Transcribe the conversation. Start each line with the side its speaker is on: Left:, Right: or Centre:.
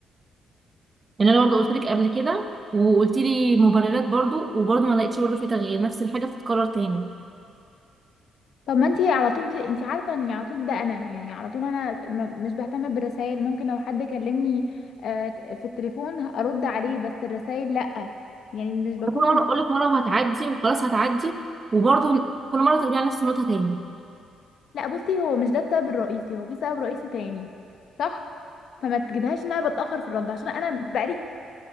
Right: لان انا برضو قلت لك قبل كده وقلت لي مبررات برضو وبرضو ما لقيتش برضو في تغيير نفس الحاجه بتتكرر تاني
Left: طب ما انتي على طول دي انتي عارفه ان على طول ده انا يعني على طول انا م- مش بهتم بالرسائل ممكن لو حد كلمني آه، في التليفون ارد عليه بس الرسائل لا يعني مش بكون
Right: كل مره اقول لك مره وهتعدي وخلاص هتعدي وبرضو كل مره ترجعي نفس النقطه تاني
Left: لا بصي هو مش ده السبب الرئيسي هو في سبب رئيسي تاني صح فما تجيبهاش ان انا بتاخر في الرد عشان انا بقالي